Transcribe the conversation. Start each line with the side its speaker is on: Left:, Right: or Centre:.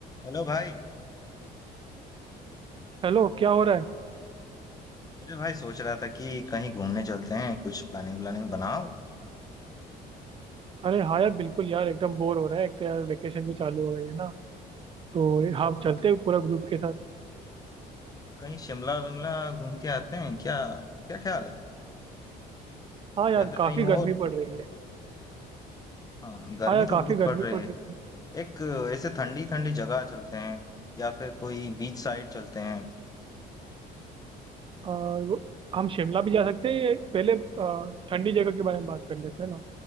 Left: Hello भाई
Right: Hello क्या हो रहा है
Left: अरे भाई सोच रहा था कि कहीं घूमने चलते हैं कुछ प्लानिंग व्लानिंग बनाओ
Right: अरे हाँ यार बिल्कुल यार एकदम बोर हो रहा है एक तो यार वेकेशन भी चालू हो गई है ना तो ये हम
Left: हाँ
Right: चलते हैं पूरा ग्रुप के साथ
Left: कहीं शिमला विमला घूम के आते हैं क्या क्या ख्याल है
Right: हाँ यार
Left: या फिर
Right: काफी
Left: कहीं
Right: गर्मी
Left: और
Right: पड़ रही है
Left: हाँ गर्मी
Right: हाँ यार
Left: तो
Right: काफी
Left: बहुत
Right: गर्मी
Left: पड़ रही
Right: पड़
Left: है
Right: रही है
Left: एक ऐसे ठंडी ठंडी जगह चलते हैं या फिर कोई बीच साइड चलते हैं
Right: और वो- हम शिमला भी जा सकते हैं ये पहले अ, ठंडी जगह के बारे में बात कर लेते हैं ना